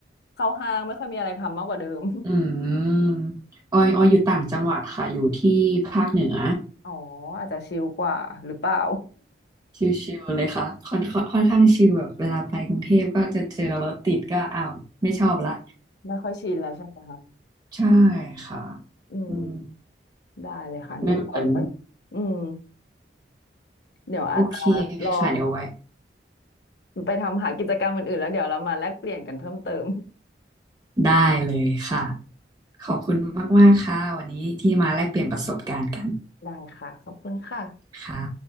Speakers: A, on the left; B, on the right.
A: เข้าห้างไม่ค่อยมีอะไรทำมากกว่าเดิม
B: อืมออยออยอยู่ต่างจังหวัดค่ะอยู่ที่ภาคเหนือ
A: <laughs> อ๋ออาจจะชิลกว่าหรือเปล่า
B: ชิลๆเลยค่ะค่อนค่อนค่อนข้างชิลแบบเวลาไปกรุงเทพก็จะเจอรถติดก็อ้าวไม่ชอบละ
A: <laughs> ไม่ค่อยชินแล้วใช่ไหมคะ
B: ใช่ค่ะ
A: อืม
B: อืม
A: ได้เลยค่ะงั้นเอาไว้
B: ไม่เหมือน
A: อืมเดี๋ยวอาจจะลอง
B: โอเคค่ะเดี๋ยวไว้
A: ไปทำหากิจกรรมอื่นๆแล้วเดี๋ยวเรามาแลกเปลี่ยนกันเพิ่มเติม
B: ได้เลยค่ะ ขอบคุณมากๆค่ะวันนี้ที่มาแลกเปลี่ยนประสบการณ์กัน
A: <laughs> ได้ค่ะขอบคุณค่ะ
B: ค่ะ